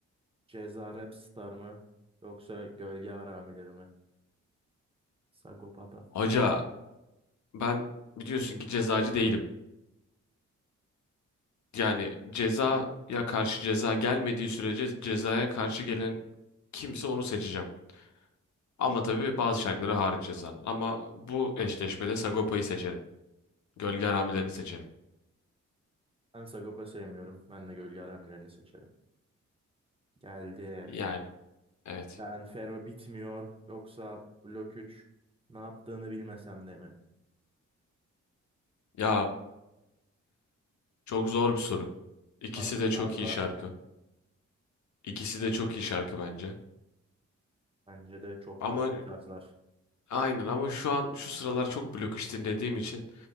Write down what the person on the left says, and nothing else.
Hoca ben biliyorsun ki cezacı değilim. Yani cezaya karşı ceza gelmediği sürece cezaya karşı gelen kimse onu seçeceğim. Ama tabii bazı şarkıları hariç cezanın. Ama bu eşleşmede Sagopa'yı seçerim. Gölge Haramilerini seçerim.
Yani evet.
Ya Çok zor bir soru. İkisi
de
çok iyi şarkı. İkisi de çok iyi şarkı bence.
Ama
aynen ama şu an şu sıralar çok Blok 3 dinlediğim için